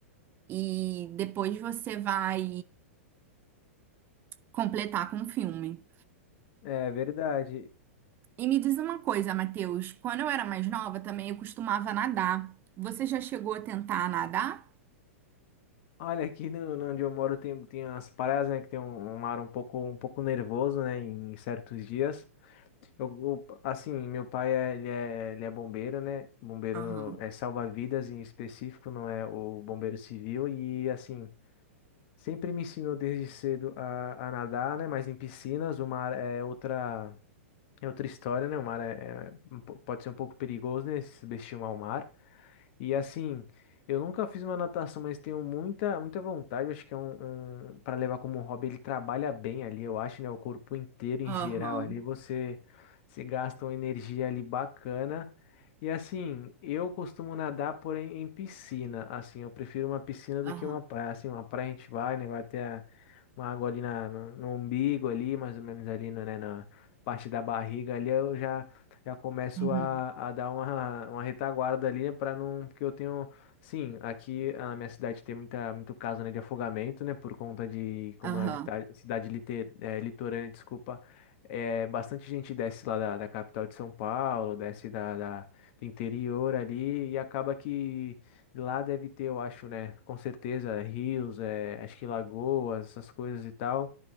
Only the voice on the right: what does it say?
e depois você vai completar com o filme.
E me diz uma coisa, Matheus, quando eu era mais nova também eu costumava nadar. Você já chegou a tentar nadar?
Aham,
aham,
aham,
uhum,
aham.